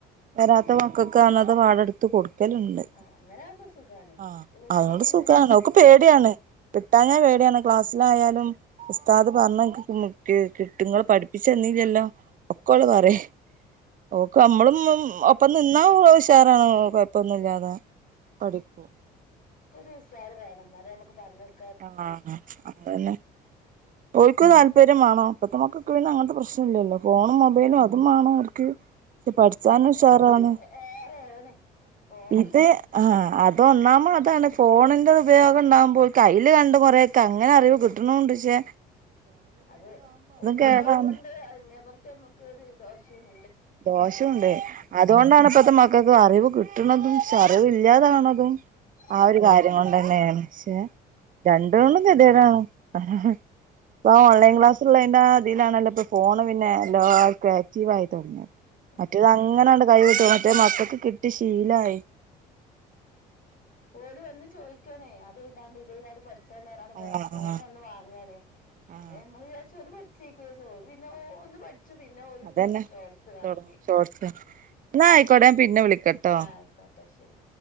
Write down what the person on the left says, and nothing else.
ആഹ് അങ്ങനാവുമ്പോ സുഖാണ്
ഇട്ത്ത് കൊടുക്കല്
പിന്നെ
ആഹ്
ഒരു സാർ വേണം എന്നാലേ നമുക്ക് പറഞ്ഞകൊട്
അത്
കൊറച്ച് ഏറേണ് ഫോണ്
അത് ഉപയോഗംണ്ട്
അങ്ങേപറത്തെ നമ്മുക്ക് രു ദോഷവും
അതുകൊണ്ടന്നെ
അതെ
ഓര് വന്ന് ചോദിക്കണേ അത താണ്ട് ഇതതാണ്ട് പഠിച്ച
ഫോൺ
വന്ന് വാങ്ങാണ്
പ്പ നമ്മള് വിചാരിച് ഓള് പഠി ചക്കോ പിന്നെ ഒന്ന് പഠ പിന്നെ ഒരു
തുടങ്ങും ഷോർട്സ് കണക്കി
ആഹ ആയിക്കോട്ടെ ശരി